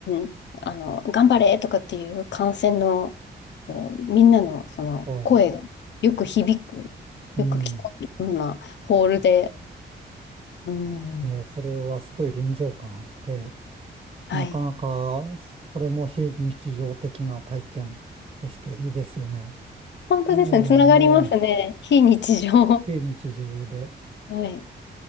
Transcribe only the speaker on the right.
はい。うん。
えー、それはすごい臨場感あって、
なかなか、それも非日常的な体験としていいですよね。
ええ、ええ
非日常で。